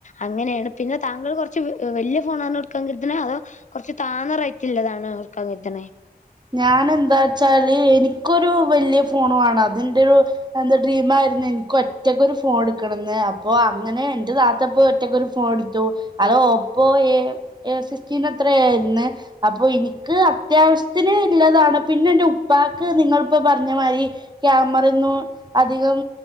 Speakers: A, on the left; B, on the right.
A: അങ്ങനെയാണ് പിന്നെ താങ്കൾ കുറച്ച് വലിയ ഫോണാണോ എട്ക്കാൻ ക ത്ണ അതോ കുറച്ച് താന്നറൈറ്റുള്ളതാണോ ഇട്ക്കാന്നിക്ക്ണേ?
B: ഞാൻ എന്താ ച്ചാല് എനിക്കൊരു വല്യ ഫോൺ വേണം. അതിന്റെരു എന്റെ ഡ്രീം ആയിരുന്നു എനക്ക് ഒറ്റക്കൊരു ഫോൺ എടുക്കണംന്ന് അപ്പൊ അങ്ങനെ എന്റെ താത്തപ്പോ ഒറ്റക്കൊരു ഫോണ് ടുത്തു അത് ഒപ്പോ എ എ സിസ്റ്റീൻ അത്രയായീന്ന് അപ്പൊ ഇന്ക്ക് അത്യാവശ്യ ത്തിന് ള്ളതാണ് പിന്നെ എന്റെ ഉപ്പാക്ക് നിങ്ങളിപ്പ പറഞ്ഞ മാതിരി ക്യാമറൊന്നും അധികം